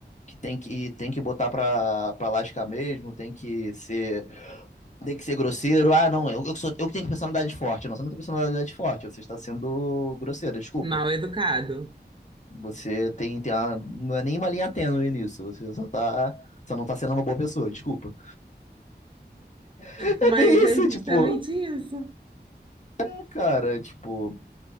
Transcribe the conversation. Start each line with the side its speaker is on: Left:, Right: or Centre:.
Left: que tem que, tem que botar pra, pra lascar mesmo, tem que ser, tem que ser grosseiro. Ah, não, eu, eu, sou, eu que tenho personalidade forte. Não, você não tem personalidade forte, você está sendo grosseiro, desculpa.
Right: mal educado.
Left: Você tem, tem uma, não é nenhuma linha tênue nisso, você só tá, você não tá sendo uma boa pessoa, desculpa. é
Right: Mas
Left: bem
Right: é
Left: isso,
Right: justamente
Left: tipo,
Right: isso.
Left: é, cara, tipo,